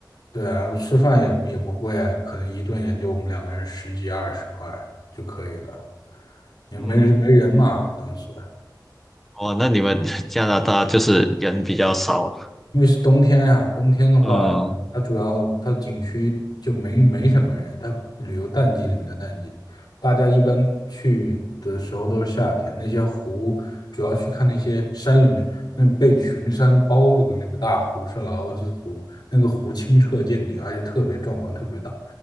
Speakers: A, on the left (about 70°); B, in the centre.
A: 对啊，吃饭也也不贵啊，可能一顿也就我们两个人十几二十块就可以了，也没没人嘛。
B: 嗯。
A: 当时
B: 哇，那你们 <laughs> 加拿大就是人比较少，
A: 因为是冬天啊，冬天的话，
B: 嗯，
A: 它主要它景区就没没什么人，它旅游淡季里面的淡季，大家一般去的时候都是夏天。那些湖主要去看那些山里面那被群山包住的那个大湖是劳尔斯湖，那个湖清澈见底，而且特别壮观，特别大。